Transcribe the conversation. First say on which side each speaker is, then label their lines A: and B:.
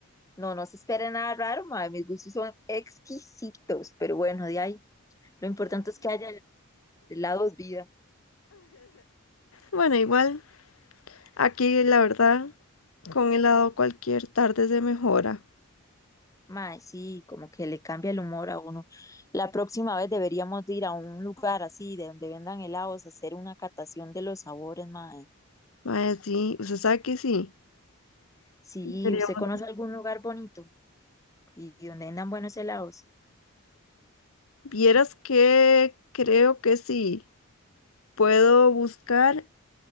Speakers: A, on the left; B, on the left.
A: No, no se espera nada raro, mae. Mis gustos son exquisitos, pero bueno, de ahí. Lo importante es que haya helados vida.
B: Bueno, igual, aquí la verdad, con helado cualquier tarde se mejora.
A: Mae, sí, como que le cambia el humor a uno. La próxima vez deberíamos de ir a un lugar así, de donde vendan helados, hacer una catación de los sabores, mae.
B: Mae, sí, usted sabe que sí.
A: Sí,
B: Deberíamos-
A: ¿usted conoce algún lugar bonito y donde vendan buenos helados?
B: Vieras que creo que sí. Puedo buscar,